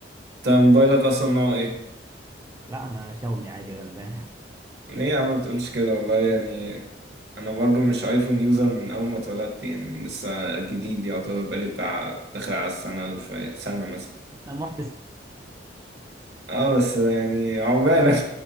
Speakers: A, on the right; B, on the right.
A: انت موبايلك اصلا نوع ايه؟
B: لا انا شومي عادي غلبان <laughs>
A: ليه يا عم ما تقولش كده والله يعني انا برضو مش ايفون يوزر من اول ما اتولدت يعني لسه جديد يعتبر بقالي بتاع داخل على السنة وشوية سنة مثلا
B: انا محدث
A: اه بس يعني عقبالك